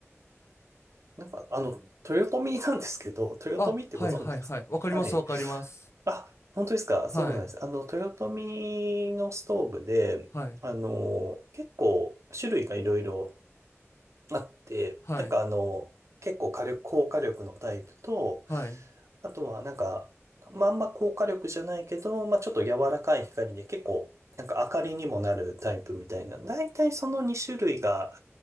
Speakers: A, on the right; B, on the left.
A: なんか、あの、豊臣なんですけど、豊臣ってご存知ですかはい。
B: あ、はいはいはい。わかりますわかります。
A: あ、本当ですかそうなんです。
B: はい。
A: あの、豊臣のストーブで、
B: はい。
A: あのー、結構種類がいろいろあって、
B: はい。
A: なんかあの、結構火力、高火力のタイプと、
B: はい。
A: あとはなんか、まあ、あんま高火力じゃないけど、まあ、ちょっと柔らかい光で結構、なんか明かりにもなるタイプみたいな。だいたいその2種類が、